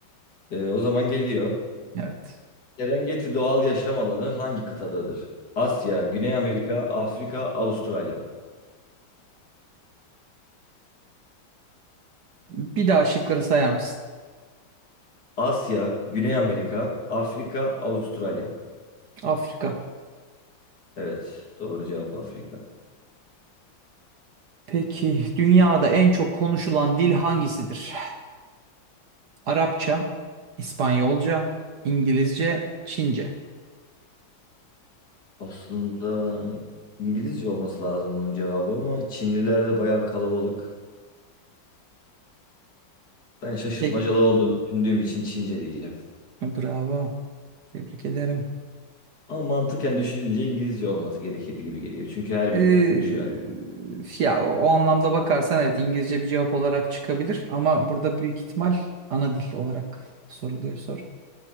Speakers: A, on the left; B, on the right.
A: Ee, o zaman geliyor.
B: Evet.
A: Serengeti doğal yaşam alanı hangi kıtadadır? Asya, Güney Amerika, Afrika, Avustralya.
B: Bir daha şıkları sayar mısın?
A: Asya, Güney Amerika, Afrika, Avustralya.
B: Afrika.
A: Evet, doğru cevap Afrika.
B: Peki dünyada en çok konuşulan dil hangisidir? Arapça, İspanyolca, İngilizce, Çince.
A: Aslında İngilizce olması lazım bunun cevabı ama Çinliler de bayağı kalabalık. Ben şaşırtmacalı
B: Tek
A: olduğunu düşündüğüm için Çince diyeceğim.
B: bravo. Tebrik ederim.
A: Ama mantıken düşününce İngilizce olması gerekir gibi geliyor. Çünkü her millet
B: Ee,
A: konuşuyor. yani.
B: ya o anlamda bakarsan evet İngilizce bir cevap olarak çıkabilir ama burada büyük ihtimal ana dil olarak soruluyor soru.